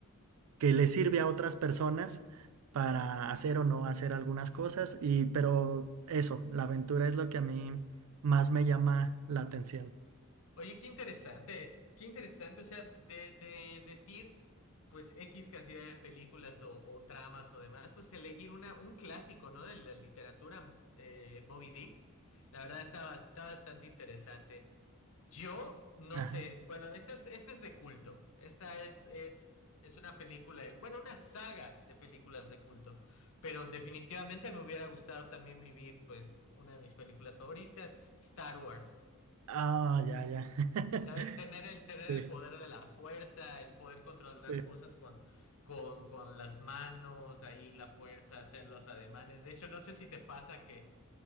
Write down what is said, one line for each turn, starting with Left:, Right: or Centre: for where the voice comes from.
Right: que le sirve a otras personas para hacer o no hacer algunas cosas. Y, pero eso, la aventura es lo que a mí más me llama la atención.
Left: Oye, qué interesante, qué interesante. O sea, de, de decir. pues X cantidad de películas o, o tramas o demás, pues elegir una, un clásico, ¿no? De la literatura, eh, Moby Dick. La verdad está, bas- está bastante interesante. Yo no
Right: Ajá.
Left: sé, bueno, esta es, esta es de culto. Esta es, es, es una película, de- bueno, una saga de películas de culto, pero definitivamente me hubiera gustado también vivir, pues, una de mis películas favoritas, Star Wars.
Right: Ah, ya, ya. <laughs>
Left: Ya sabes, tener el, tener
Right: Sí,
Left: el poder de la fuerza, el poder controlar
Right: sí,
Left: cosas con, con, con las manos, ahí la fuerza, hacer los ademanes. De hecho, no sé si te pasa que,